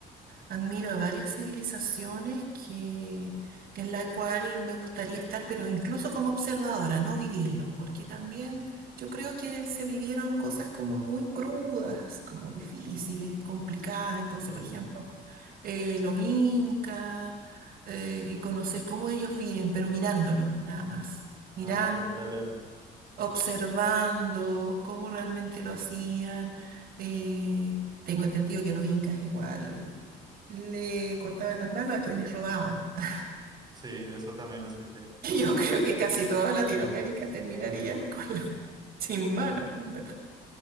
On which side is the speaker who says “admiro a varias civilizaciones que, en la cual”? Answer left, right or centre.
Right